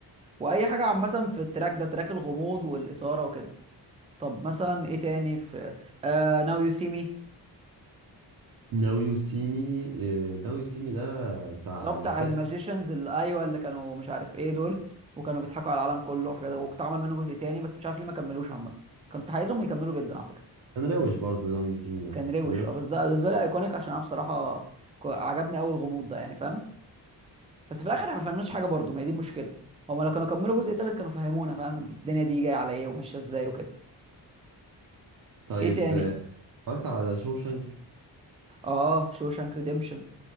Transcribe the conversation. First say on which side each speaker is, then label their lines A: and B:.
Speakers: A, on the right; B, on the right.
A: واي حاجه عامه في التراك ده تراك الغموض والاثاره وكده طب مثلا ايه تاني في آه ناو يو سي مي
B: ناو يو سي مي ناو يو سي مي ده بتاع
A: اللي هو بتاع
B: السحر
A: الماجيشنز اللي ايوه اللي كانوا مش عارف ايه دول وكانوا بيضحكوا على العالم كله وحاجات واتعمل منه جزء تاني بس مش عارف ليه ما كملوش عامه كنت عايزهم يكملوا جدا على فكره
B: كان روش برضه ناو يو سي مي ده
A: كان روش
B: كان روش
A: اه بس ده بالنسبه لي ايكونيك عشان انا بصراحه ك- عجبني قوي الغموض ده يعني فاهم بس في الاخر احنا ما فهمناش حاجه برضه ما هي دي المشكله هما لو كانوا كملوا جزء تالت كانوا فهمونا فاهم الدنيا دي جايه على ايه وماشيه ازاي وكده
B: طيب
A: ايه تاني
B: آه، اتفرجت على ذا شوشنك
A: اه شوشانك ريديمشن